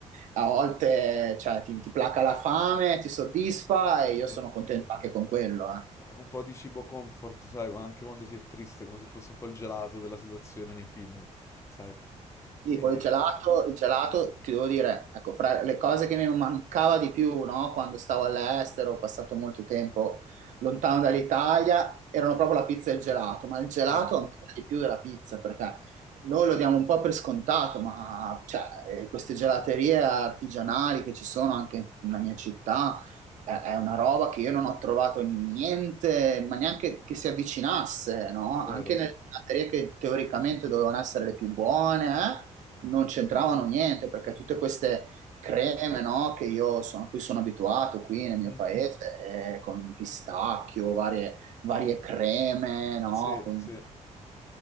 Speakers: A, on the right; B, on the left.
A: a volte cioè, ti, ti placa la fame, ti soddisfa e io
B: sì.
A: sono contento anche con quello. eh.
B: Un po' di cibo comfort, sai, anche quando si è triste, come se fosse un po' il gelato della situazione nei film, sai.
A: Sì,
B: Eh,
A: poi il gelato, il gelato, ti devo dire, ecco, fra le cose che mi mancava di più, no, quando stavo all'estero, ho passato molto tempo lontano dall'Italia, erano proprio la pizza e il gelato, ma il gelato
B: ah,
A: ancora di più della pizza, perché noi lo diamo un po' per scontato, ma cioè, eh, queste gelaterie artigianali che ci sono anche nella mia città, eh, è una roba che io non ho trovato niente, ma neanche che si avvicinasse, no?
B: è vero.
A: Anche nelle gelaterie che teoricamente dovevano essere le più buone, eh? non c'entravano niente perché tutte queste creme, no, che io sono, a cui sono abituato qui nel
B: Mhm.
A: mio paese, eh, con pistacchio, varie, varie creme, no,
B: Sì,
A: con,
B: sì.